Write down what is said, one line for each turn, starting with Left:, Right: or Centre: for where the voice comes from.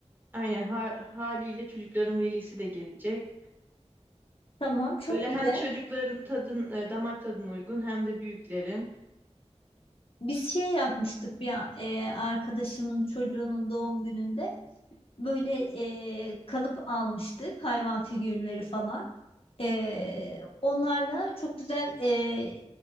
Right: aynen ha- haliyle çocukların velisi de gelecek.
Left: Tamam, çok
Right: Böyle
Left: güzel.
Right: hem çocukların tadın e, damak tadına uygun hem de büyüklerin.
Left: Biz şey yapmıştık bir a- e, arkadaşımın çocuğunun doğum gününde böyle e, kalıp almıştık hayvan figürleri falan. E, onlarla çok güzel e,